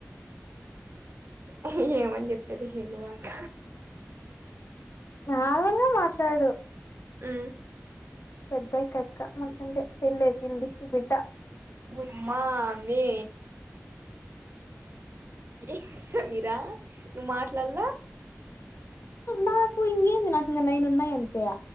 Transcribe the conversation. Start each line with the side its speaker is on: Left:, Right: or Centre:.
Right: ఉ ఏమని చెప్పేది హేలుక్క
Left: మాములుగా మాట్లాడు
Right: ఉమ్
Left: పెద్దయిక్క మనకంటే పెళ్లయిపోయింది ఇప్పుడు బిడ్ట
Right: ఓయమ్మా మే ఏం సమీరా నువ్వు మాట్లాడల్లాల
Left: నాకు ఇంగేంది నాకు ఇ నైనున్నా యి అంతే